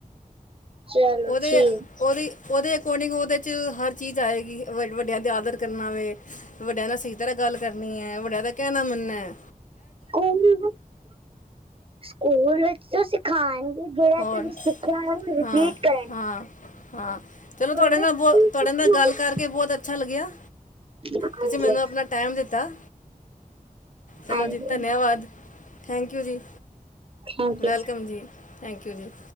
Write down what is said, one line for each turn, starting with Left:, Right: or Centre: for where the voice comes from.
Right: ਚਲੋ
Left: ਉਹਦੇ
Right: ਠੀਕ
Left: ਓਹਦੀ ਓਹਦੇ ਅਕੋਰਡਿੰਗ ਓਹਦੇ ਚ ਹਰ ਚੀਜ਼ ਆਏਗੀ ਵ ਵੱਡਿਆਂ ਦਾ ਆਦਰ ਕਰਨਾ ਵੇ। ਵੱਡਿਆਂ ਨਾਲ ਸਹੀ ਤਰਹਾ ਗੱਲ ਕਰਨੀ ਐ ਵੱਡਿਆਂ ਦਾ ਕਹਿਨਾਂ ਮੰਨਨਾ ਏ।
Right: ਉਹ ਵੀ ਸਕੂਲ ਵਿੱਚ ਤ ਸਿਖਾਉਣਗੇ ਜਿਹੜਾ
Left: ਹੋਰ
Right: ਤੁਸੀ ਸਿੱਖਿਆ ਰਿਪੀਟ
Left: ਹਾਂ
Right: ਕਰ
Left: ਹਾਂ ਹਾਂ ਚਲੋ ਤੁਹਾਡੇ
Right: ਵਿੱਚ
Left: ਨਾਲ
Right: ਕੀ
Left: ਬੋ ਤੁਹਾਡੇ
Right: ਸਿੱਖੋਗੇ
Left: ਨਾਲ ਗੱਲ ਕਰ ਕੇ ਬਹੁਤ ਅੱਛਾ ਲੱਗਿਆ
Right: ਹਾਂਜੀ
Left: ਤੁਸੀ ਮੈਨੂੰ ਆਪਨਾ ਟਾਈਮ ਦਿੱਤਾ। ਚਲੋ
Right: ਹਾਂਜੀ
Left: ਜੀ ਧੰਨਿਆਵਾਦ ਥੈਂਕ ਯੂ ਜੀ
Right: ਥੈਂਕ
Left: ਵੈਲਕਮ
Right: ਯੂ
Left: ਜੀ। ਥੈਂਕ ਯੂ ਜੀ।